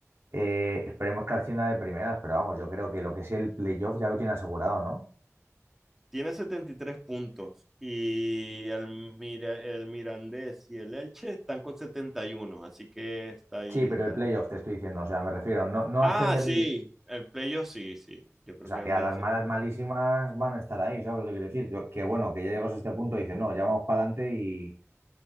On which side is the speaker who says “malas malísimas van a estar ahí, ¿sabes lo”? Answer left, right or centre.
Right